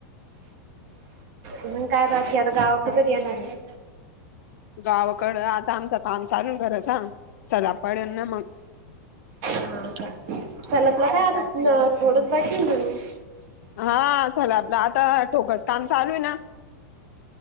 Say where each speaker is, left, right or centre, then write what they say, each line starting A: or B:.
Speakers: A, on the right (about 55°); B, on the left (about 70°).
A: मंग काय बाकी आता गावाक कधी येणारेय
B: गावाकड आता आमचं काम चालू खरं सांग सला पडन न मंग
A: हा का सलापला काय आता थोडच बाकी हाय जणू
B: हा सलापला आता ठोकस काम चालू आहे ना